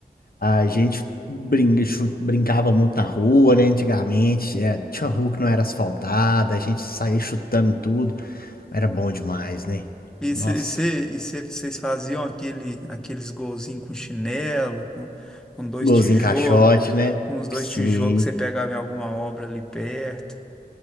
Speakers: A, on the left; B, in the centre.
A: a gente brinca- chu- brincava muito na rua, né? Antigamente, é, tinha rua que não era asfaltada, a gente saía chutando tudo. Era bom demais, né?
B: E
A: Nossa,
B: vocês faziam aquele, aqueles golzinhos com chinelo, com, com dois
A: golzinho
B: tijolos,
A: caixote, né?
B: com os dois
A: Sim,
B: tijolos que você pegava em alguma obra ali perto.